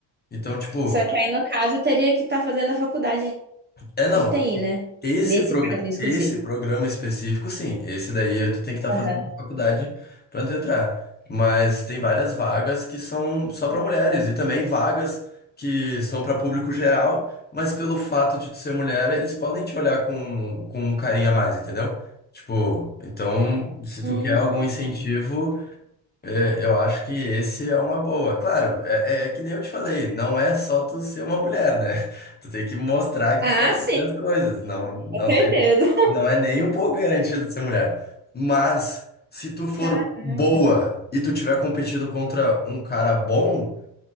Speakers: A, on the left; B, on the right.
A: Então, tipo,
B: Só que aí, no caso, eu teria que estar fazendo a faculdade
A: é não,
B: de TI, né?
A: Esse,
B: Desse
A: prog...
B: caso exclusivo.
A: esse programa específico, sim. Esse daí tu tem que estar fazendo
B: Aham.
A: faculdade para entrar. Mas tem várias vagas que são só para mulheres e também vagas que são para público geral, mas pelo fato de tu ser mulher, eles podem te olhar com, com um carinho a mais, entendeu? Tipo, então, se
B: Hum.
A: tu quer algum incentivo, é, eu acho que esse é uma boa. Claro, é, é é que nem eu te falei, não é só tu ser uma mulher, né? <laughs> Tu tem que mostrar que
B: Ah,
A: tu sabe
B: sim,
A: fazer as coisas. Não, não
B: com certeza.
A: tem, não é nem um pouco garantido ser mulher. Mas se tu for
B: Caraca.
A: boa e tu tiver competido contra um cara bom,